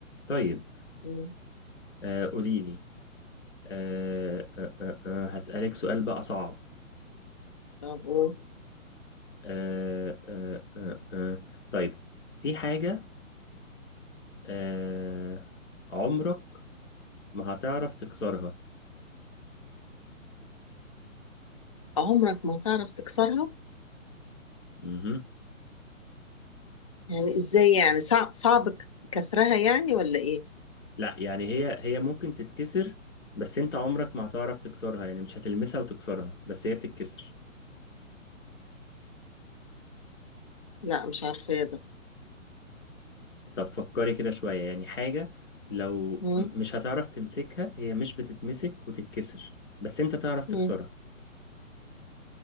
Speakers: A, on the left; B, on the left.
A: طيب
B: مم.
A: آه قوليلي آه آه آه آه هسألك سؤال بقى صعب
B: طب و-
A: آه آه آه آه آه. طيب في حاجة آه عمرك ما هتعرف تكسرها
B: عمرك ما تعرف تكسرها
A: مهم.
B: يعني ازاي يعني صعب صعب ك- كسرها يعني ولا ايه
A: لا يعني هي هي ممكن تتكسر بس انت عمرك ما هتعرف تكسرها يعني مش هتلمسها وتكسرها بس هي بتتكسر
B: لا مش عارفه ده
A: طب فكري كده شوية يعني حاجة لو م-
B: مم.
A: مش هتعرف تمسكها هي مش بتتمسك وتتكسر بس انت تعرف تكسرها
B: مم.